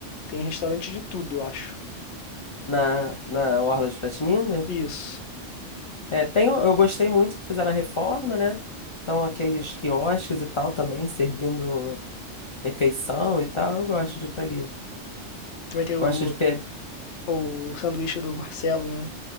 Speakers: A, on the left; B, on the left.
A: tem restaurante de tudo, eu acho.
B: na, na Orla de Piratininga.
A: Isso.
B: É, tem, eu gostei muito que fizeram a reforma, né? Então, aqueles quiosques e tal também, servindo refeição e tal, eu gosto de ir pra ali.
A: Também tem o,
B: Gosto de pegar.
A: o sanduíche do Marcelo, né?